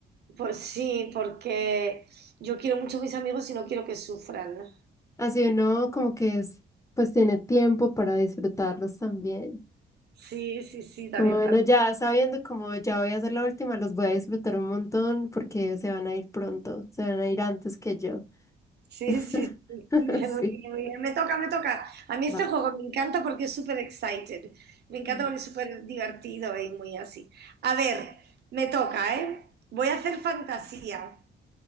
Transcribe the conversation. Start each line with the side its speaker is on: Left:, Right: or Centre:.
Right: Pues sí, porque yo quiero mucho a mis amigos y no quiero que sufran.
Left: Así uno como que es, pues tiene tiempo para disfrutarlos también.
Right: Sí, sí, sí,
Left: Como
Right: también
Left: bueno, ya sabiendo como ya voy a hacer la última, los voy a disfrutar un montón porque se van a ir pronto, se van a ir antes que yo.
Right: Sí,
Left: <laughs>
Right: sí, sí, bien,
Left: Sí,
Right: muy bien, muy bien. Me toca, me toca. A mí
Left: va.
Right: este juego me encanta porque es súper excited. Me encanta
Left: va.
Right: porque es súper divertido y muy así. A ver, me toca, ¿eh? Voy a hacer fantasía.